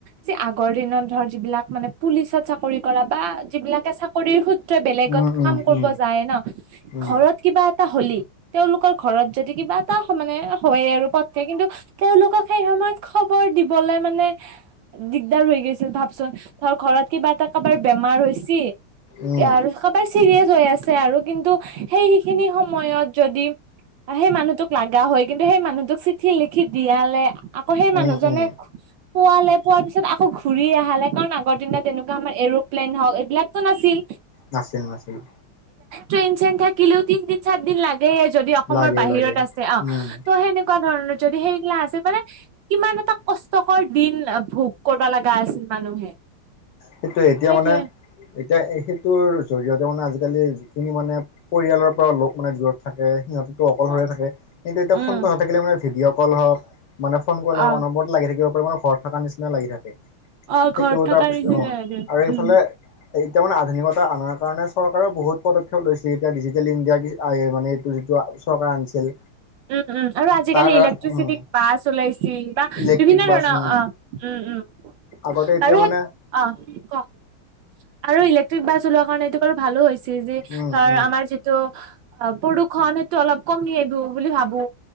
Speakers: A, on the right; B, on the left.
A: যে আগৰ দিনত ধৰ যিবিলাক মানে পুলিচত চাকৰি কৰা বা যিবিলাকে চাকৰি স বেলেগত
B: উম উম
A: কাম কৰিব
B: উম
A: যায় ন
B: উম
A: ঘৰত কিবা হলি তেওঁলোকৰ ঘৰত যদি কিবা এটা মানে হয় আৰু পতকে কিন্তু তেওঁলোকক সেই মাত খবৰ দিবলে মানে দিগদাৰ হৈ গৈছিল ভাবচোন ধৰ ঘৰত কিবা এটা কাৰোবাৰ বেমাৰ হৈচি
B: উম
A: আৰু সবাৰ চিৰিয়াচ হৈ আছে আৰু কিন্তু সেইখিনি সময়ত যদি সেই মানুহটোক লাগা হয় কিন্তু সেই মানুহটোক চিঠি লিখি দিয়ালে আকৌ সেই মানুহজনে
B: উম উম
A: পোৱালে পোৱাৰ পিছত আকৌ ঘূৰি আহালে কাৰণ আগৰ দিনা তেনেকুৱা আমাৰ এৰ'প্লেন হওক এইবিলাকতো নাছিল
B: নাছিল -নাছিলো।
A: ট্ৰেন চেন থাকিলেও তিন দিন চাৰ দিন লাগে। দেই যদি অসমৰ
B: লাগে
A: বাহিৰত
B: লাগে
A: আছে অ
B: উম
A: ত' সেনেকুৱা ধৰণৰ যদি সেইগিলা আছে মানে কিমান এটা কষ্টকৰ দিন ভোগ কৰিব লগা আছিল মানুহে
B: সেইটোটো এতিয়া
A: সেইটোৱে
B: মানে এতিয়া সেইটোৰ জৰিয়তে তিয়া মানে আজিকালি যিখিনি মানে পৰিয়ালৰ পৰা লোক মানে দূৰত থাকে সিহঁত অকল
A: অ
B: হৈ থাকে কিন্তু এতিয়া
A: উম
B: ফোনতটো হৈ থাকিলে মানে ভিডিঅ কল হওঁক মানে ফোন কলে
A: অ
B: অনবৰতে লাগি থাকিব। পৰিমাণৰ ঘৰত থকাৰ নিচিনা লাগি থাকে
A: অ
B: সেইটো
A: ঘৰত থকা
B: তাৰপিছত
A: নিচিনা
B: অ
A: লাগে
B: আৰু এইফালে
A: উম
B: এই এতিয়া মানে আধুনিকতা অনাৰ কাৰণে চৰকাৰে বহুত পদক্ষেপ লৈছে এতিয়া ডিজিটেল ইণ্ডিয়া মানে এইটো যিটো ওচৰ আনিছিল
A: উম উম আৰু আজিকালি
B: তাৰ দ্বাৰা
A: ইলেক্ট্ৰিচিটিক
B: উম
A: বাছ ওলাইছে বা
B: ইলেক্ট্ৰিক
A: বিভিন্ন
B: বাছ
A: ধৰণৰ
B: উম
A: অ উম- উম
B: আগতে এতিয়া
A: আৰু সেই
B: মানে
A: অ ক আৰু ইলেক্ট্ৰিক বাছ ওলোৱা কাৰণটো ভালো হৈছিল যে
B: উম
A: ধৰ
B: উম
A: আমাৰ যিটো অ প্ৰদূষণ সেইটো অলপ কমি আহিব বুলি ভাবো